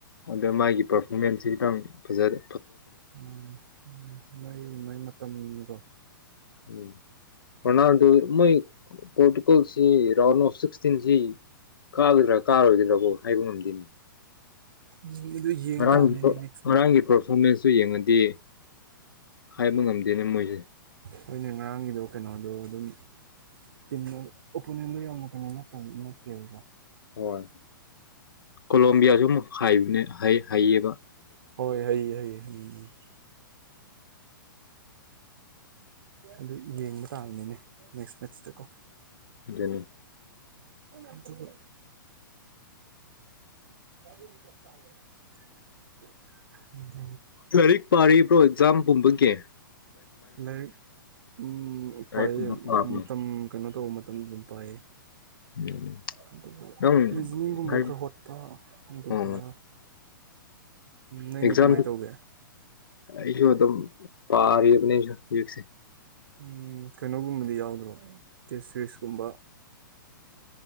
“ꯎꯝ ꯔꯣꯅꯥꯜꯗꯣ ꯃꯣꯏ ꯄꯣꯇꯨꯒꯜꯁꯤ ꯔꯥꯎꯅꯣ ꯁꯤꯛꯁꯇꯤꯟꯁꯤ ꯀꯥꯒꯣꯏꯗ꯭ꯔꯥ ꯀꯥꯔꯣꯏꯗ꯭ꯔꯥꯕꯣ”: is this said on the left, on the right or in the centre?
Left